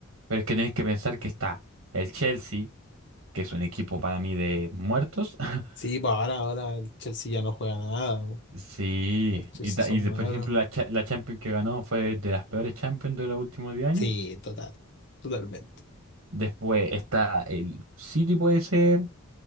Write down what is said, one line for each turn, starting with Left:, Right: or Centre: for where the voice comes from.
Right: Pero es que tienes que pensar que está el Chelsea, que es un equipo para mí de muertos. <laughs>
Left: Sí, para ahora, ahora el Chelsea ya no juega nada. po.
Right: Sí.
Left: El Chelsea
Right: Y, ta-
Left: son
Right: y de-
Left: malos.
Right: por ejemplo, la, cha- la Champions que ganó fue de las peores Champions de los últimos 10 años.
Left: Sí, total. Totalmente.
Right: Después está el City, puede ser,